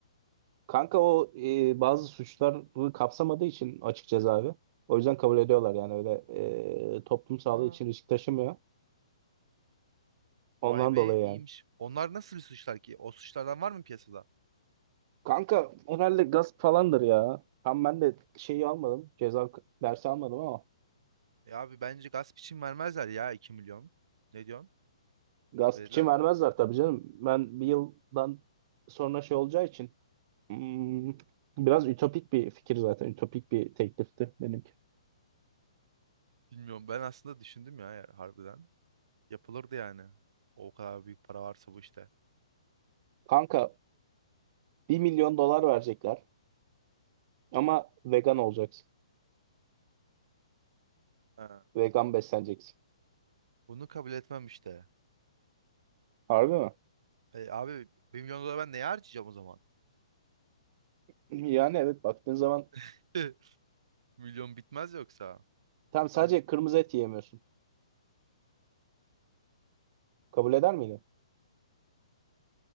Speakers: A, on the right; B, on the right.
A: Kanka o e, bazı suçları kapsamadığı için açık cezaevi. O yüzden kabul ediyorlar yani öyle e, toplum sağlığı
B: Aa.
A: için risk taşımıyor.
B: Vay
A: Ondan
B: be
A: dolayı
B: iyiymiş.
A: yani.
B: Onlar nasıl suçlar ki? O suçlardan var mı piyasada?
A: Kanka herhalde gasp falandır ya. Tam ben de şeyi almadım. Ceza k- dersi almadım ama.
B: Ya abi bence gasp için vermezler ya 2 milyon. Ne diyorsun?
A: Gasp
B: Verirler
A: için
B: mi?
A: vermezler tabii canım. Ben bir yıldan sonra şey olacağı için. hmm, biraz ütopik bir fikir zaten. Ütopik bir teklifti benimki.
B: Bilmiyorum. Ben aslında düşündüm ya ya- harbiden. Yapılırdı yani. O kadar büyük para varsa bu işte.
A: Kanka bir milyon dolar verecekler. Ama vegan olacaksın.
B: Ha.
A: Vegan besleneceksin.
B: Bunu kabul etmem işte.
A: Harbi mi?
B: E, abi 1 milyon dolar ben neye harcayacağım o zaman?
A: Yani evet baktığın zaman
B: <laughs> Milyon bitmez yoksa.
A: tam sadece
B: Bence
A: kırmızı et yiyemiyorsun. Kabul eder miydin?